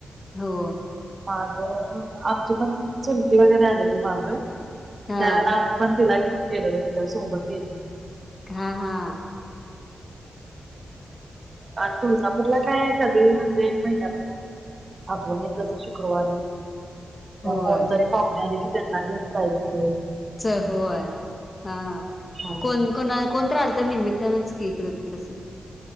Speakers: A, on the left (about 25°); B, on the right (about 30°).
A: हो
B: आज आ ते पण चुलती वगैरे आलेली मागं त्यावेळेला
A: हा
B: आपण पण तिला घेऊन सोबत गेलो
A: हा हा
B: आणि तुून. तुला काय आहे कधी म्हणजे एक महिन्यात हातवणल तस शुक्रवारी.
A: होय
B: कोण तरी पावण्या त्यांना का <unintelligible>
A: च होय हा
B: हा
A: कोण कोणा कोणत राहिल तर निमित्तानच. इकडं तिकडच.